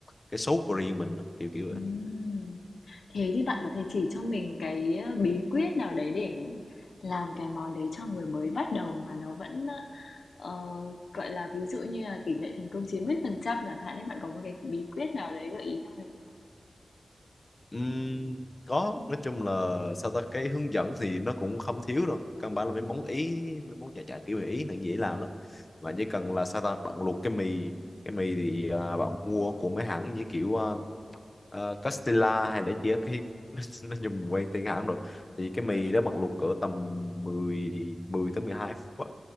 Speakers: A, on the left (about 35°); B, on the left (about 85°).
A: cái sốt của riêng mình á, kiểu kiểu
B: Ừm. Thế thì bạn có thể chỉ cho mình cái, ơ, bí quyết nào đấy để làm cái món đấy cho người mới bắt đầu mà nó vẫn, ờ, gọi là, ví dụ như là tỷ lệ thành công 90% chẳng hạn ấy, bạn có một cái bí quyết nào đấy gợi ý cho mình không?
A: Ừm, có nói chung là sao ta cái hướng dẫn thì nó cũng không thiếu đâu căn bản là mấy món ý mấy món nhà dạng kiểu người ý này dễ làm lắm bạn chỉ cần là sao ta bạn luộc cái mì cái mì thì à, bạn mua của mấy hãng như kiểu à, à, Castilla hay là chỉ cái <laughs> nó dùng quen tên hãng rồi thì cái mì đó bạn luộc cỡ tầm 10 10 tới 12 phút á.